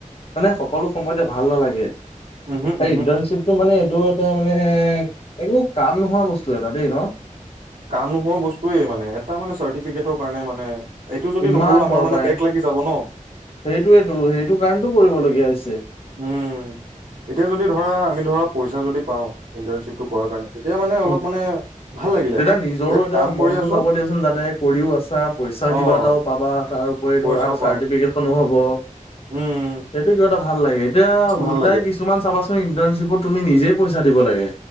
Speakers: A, on the left; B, on the right.
A: মানে সকলো সময়তে ভাল ভাল নেলাগে
B: উমহু, উমহু,
A: ইন্তৰ্ণচিপ টো মানে এইটো এটা মানে একো কাম নোহোৱা বস্তু এটা দেই ন
B: কাম নোহোৱা বস্তুয়েই মানে এটা মানে চাৰ্টিফিকেটৰ কাৰণে মানে এইটো যদি
A: ইমান
B: নকৰো আমাৰ
A: তৰ
B: মানে
A: পাই
B: বেক
A: সেইটোোৱো
B: লাগি যাব ন।
A: সেইটো কাৰণটো কৰিবলগীয়া হৈছে
B: উম এতিয়া যদি ধৰা আমি ধৰা পইচা যদি পাওঁ ইণ্টাৰ্ণশ্বিপটো কৰাৰ কাৰণে মানে অলপ
A: উ
B: মানে ভাল লাগিলে
A: তেতিয়া
B: হয়
A: নিজৰো
B: যে
A: এতিয়া
B: কাম
A: মনতো
B: কৰি আছো
A: যাব দিয়াচোন যাতে কৰিও আছা পইচা
B: অ',
A: কিবা এটাও পাবা তাৰ উপৰি
B: পইচাও
A: ধৰা চাৰ্টিফিকেনো
B: পাম
A: হ'ব সেইটো
B: উম,
A: কিবা এটা ভাল লাগে এতিয়া
B: ভাল
A: ওলটাই
B: লাগে
A: কিছুমান চাবাচোন তুমি নিজে পইচা দিব লাগে